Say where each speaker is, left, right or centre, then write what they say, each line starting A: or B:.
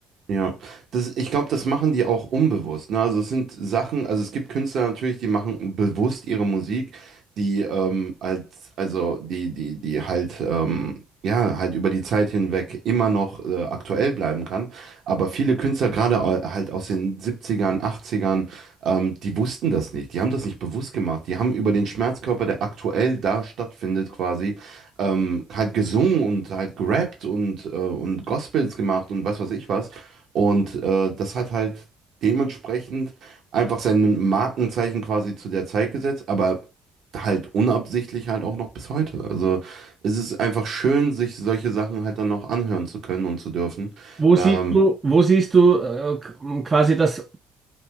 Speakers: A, on the right; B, on the right.
A: Ja, das, ich glaube, das machen die auch unbewusst. Ne? Also es sind Sachen, also es gibt Künstler natürlich, die machen bewusst ihre Musik, die ähm, als, also die, die, die halt, ähm, ja, halt über die Zeit hinweg immer noch äh, aktuell bleiben kann. Aber viele Künstler, gerade au- halt aus den Siebzigern, Achtzigern, ähm, die wussten das nicht. Die haben das nicht bewusst gemacht. Die haben über den Schmerzkörper, der aktuell da stattfindet, quasi, ähm, halt gesungen und halt gerappt und, äh, und Gospels gemacht und was weiß ich was. Und äh, das hat halt dementsprechend einfach sein Markenzeichen quasi zu der Zeit gesetzt, aber halt unabsichtlich halt auch noch bis heute. Also es ist einfach schön, sich solche Sachen halt dann noch anhören zu können und zu dürfen.
B: Wo
A: Ähm,
B: siehst du, wo siehst du äh, k- quasi das,